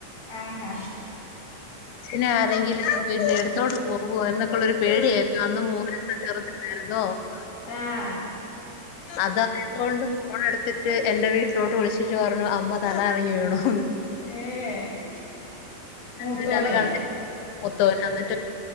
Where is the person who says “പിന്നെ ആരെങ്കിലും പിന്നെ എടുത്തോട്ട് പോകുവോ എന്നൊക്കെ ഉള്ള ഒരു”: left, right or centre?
Left